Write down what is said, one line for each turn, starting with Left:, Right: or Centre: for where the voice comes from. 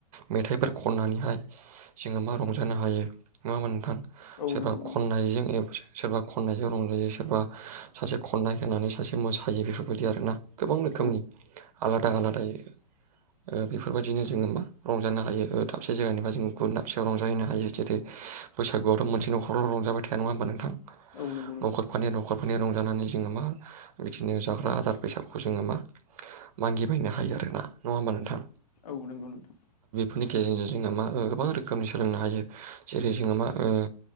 Right: मेथाइफोर खननानैहाय जोङो मा रंजानो हायो नङा होबा नोंथां।
Left: औ
Right: सोरबा
Left: नंगौ नोंथां
Right: खननायजों ए सोरबा खननायजों रंजायो सोरबा सासे खननाय होनानै सासे मोसायो बेफोर बायदि आरो ना। गोबां रोखोमनि।
Left: औ
Right: आलादा आलादायै ओ बेफोरबायदिनो जोङो मा रंजानो हायो। ओ दाबसे जायगानिफ्राय जों गुबुन दाबसेयाव रंजाहैनो हायो जेरै बैसागुआवथ' मोनसे नखराव रंजाबाय थाया नङा होमबा नोंथां। न'खरफानि
Left: औ नंगौ नोंथां
Right: न'खर फायनो रंजानानै जोङो मा बिदिनो जाग्रा दार बैसागुखौ जोङो मा मागिबायनो हायो आरोना नङा होमबा नोंथां।
Left: औ नंगौ नोंथां।
Right: बेनि गेजेरजों जोङो मा ओ गोबां रोखोमनि सोलोंनो हायो जेरै- जोङो मा ओ